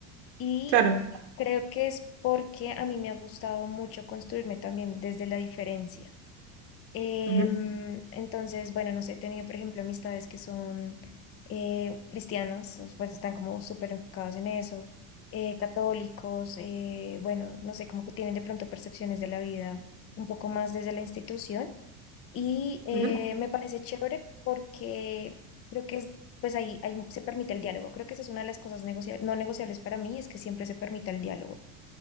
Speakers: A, on the left; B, on the right.
A: y
B: claro.
A: creo que es porque a mí me ha gustado mucho construirme también desde la diferencia. Em,
B: Ujú,
A: entonces, bueno, no sé, he tenido, por ejemplo, amistades que son eh, cristianos, o, pues están como súper enfocados en eso, eh, católicos, eh, bueno, no sé, como que tienen de pronto percepciones de la vida un poco más desde la institución. Y eh,
B: ujú,
A: me parece chévere porque creo que es, pues ahí, ahí se permite el diálogo. Creo que esa es una de las cosas negocia- no negociables para mí, es que siempre se permite el diálogo